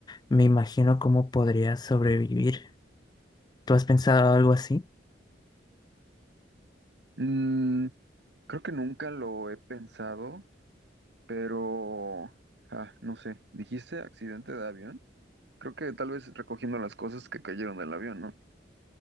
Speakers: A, on the left (about 20°); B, on the right (about 65°).
A: me imagino cómo podría sobrevivir. ¿Tú has pensado algo así?
B: Mm, creo que nunca lo he pensado, pero ah, no sé. ¿Dijiste accidente de avión? Creo que tal vez recogiendo las cosas que cayeron del avión, ¿no?